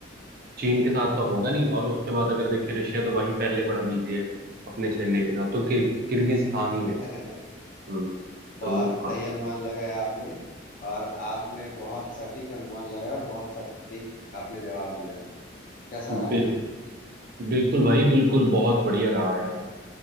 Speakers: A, on the right (about 50°); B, on the left (about 45°).
A: चीन के साथ तो होगा नहीं और उसके बाद अगर देखें रशिया तो वही पहले बड़ा बिजी है अपने सैन्य के साथ तो किर, किर्गिस्तान ही
B: <laughs>
A: है हम्म तो
B: बहुत
A: वो- हाँ
B: सही अनुमान लगाया आपने और आपने बहुत सटीक अनुमान लगाया और बहुत सटीक आपने जवाब दिया कैसा
A: बिल,
B: रहा ये
A: बिल्कुल भाई बिल्कुल बहुत बढ़िया रहा यार